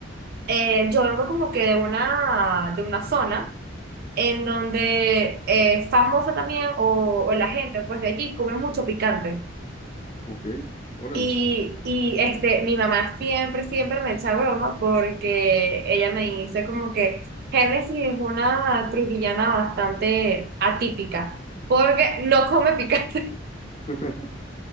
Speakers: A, on the right; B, on the left.
A: eh, yo vengo como que de una, de una zona. en donde es famosa también, o, o la gente pues de allí come mucho picante.
B: ok, órale.
A: Y, y este, mi mamá siempre, siempre me echa broma porque ella me dice como que Génesis es una trujillana bastante atípica porque no come picante. <laughs>
B: <laughs>